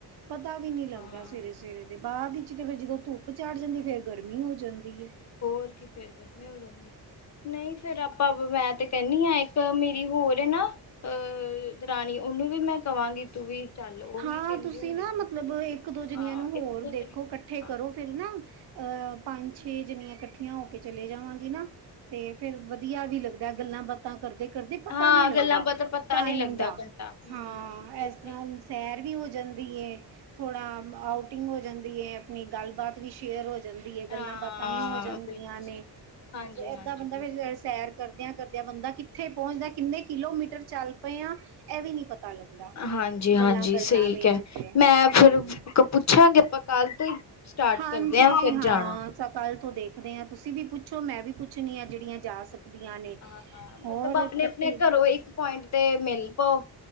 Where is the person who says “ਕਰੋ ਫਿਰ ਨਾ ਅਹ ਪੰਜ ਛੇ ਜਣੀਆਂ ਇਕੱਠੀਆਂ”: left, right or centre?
Right